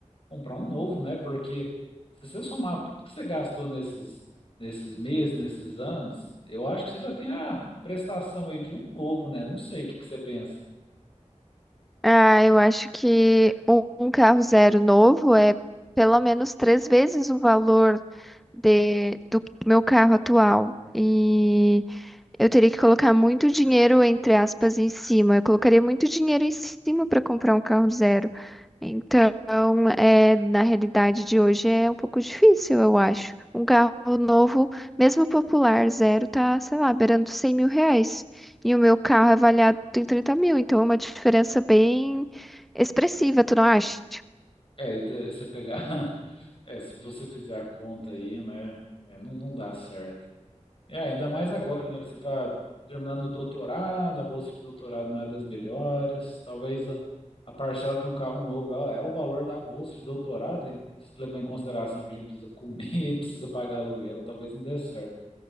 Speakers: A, on the left (about 45°); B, in the centre.
A: comprar um novo, né? Porque se você somar tudo que você gastou nesses, nesses meses, nesses anos, eu acho que você já tem a prestação aí de um novo, né? Não sei o que que você pensa.
B: Ah, eu acho que um um carro zero novo é pelo menos três vezes o valor de, do meu carro atual. E eu teria que colocar muito dinheiro, entre aspas, em cima. Eu colocaria muito dinheiro em cima para comprar um carro zero. Então, é, na realidade de hoje é um pouco difícil, eu acho. Um carro novo, mesmo popular, zero, tá, sei lá, beirando cem mil reais. E o meu carro é avaliado em 30 mil, então é uma diferença bem expressiva, tu não acha?
A: É, e da- você pegar, <laughs> é, se você fizer a conta aí, né? É, não, não dá certo. É, ainda mais agora, né, que você está terminando o doutorado, a bolsa de doutorado não é das melhores, talvez a, a parcela de um carro novo é, é o valor da bolsa de doutorado, e se levar em consideração que a gente precisa comer, <laughs> precisa pagar aluguel, talvez não dê certo.